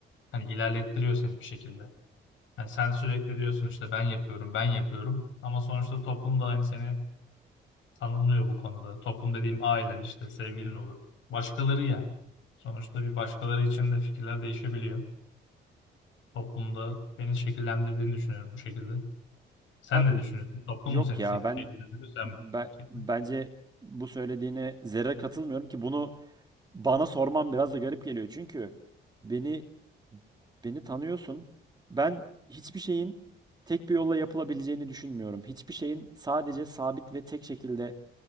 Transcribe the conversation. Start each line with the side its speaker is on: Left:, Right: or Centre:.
Left: Hani ilerlettiriyor seni bir şekilde. Yani sen sürekli diyorsun işte ben yapıyorum, ben yapıyorum. Ama sonuçta toplum da hani seni tanımlıyor bu konuda. Toplum dediğim ailen işte, sevgilin olur. Başkaları yani. Sonuçta bir başkaları için de fikirler değişebiliyor. toplumda beni şekillendirdiğini düşünüyorum bu şekilde. Sen
Right: Abi
Left: ne düşünüyorsun? Toplum
Right: yok
Left: mu seni
Right: ya
Left: şek-
Right: ben,
Left: şekillendiriyor, sen
Right: ben
Left: mi? Şekil-
Right: bence bu söylediğine zerre katılmıyorum ki bunu Bana sorman biraz da garip geliyor çünkü beni beni tanıyorsun. Ben hiçbir şeyin tek bir yolla yapılabileceğini düşünmüyorum. Hiçbir şeyin sadece sabit ve tek şekilde